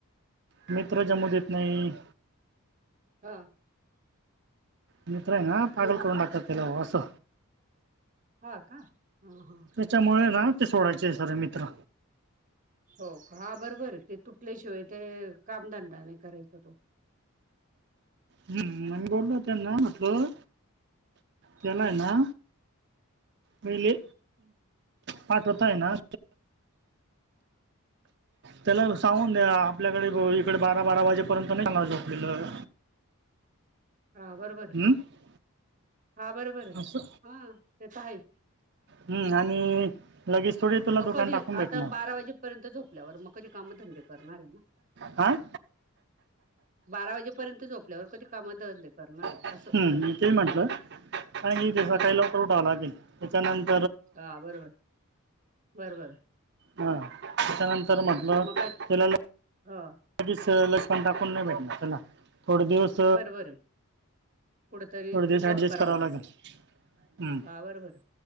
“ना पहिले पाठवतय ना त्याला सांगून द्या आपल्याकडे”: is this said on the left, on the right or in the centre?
Right